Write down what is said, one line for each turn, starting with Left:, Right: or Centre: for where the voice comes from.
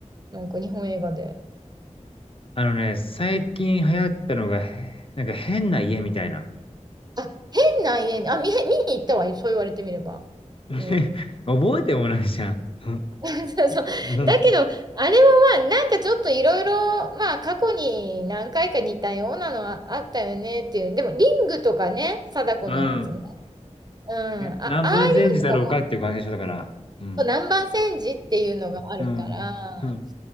Right: なんか日本映画で。
Left: あのね、最近流行ったのが、へなんか変な家みたいな。
Right: あ、変な家に、あ、見、見に行ったわ。そう言われてみれば。
Left: <laughs>
Right: うん。
Left: 覚えてもないじゃん。う
Right: <laughs> そうそう。だけど、
Left: ん。
Right: あれもまあ、なんかちょっといろいろ、まあ、過去に何回か似たようなのはあったよねっていう。でも、リングとかね、貞子のやつね。
Left: うん
Right: うん。
Left: ね、
Right: あ、ああいうのが
Left: ナンバーチェンジだろうかっていう感じでしたから。うん。
Right: 南蛮戦時っていうのがあるから、
Left: うん。うん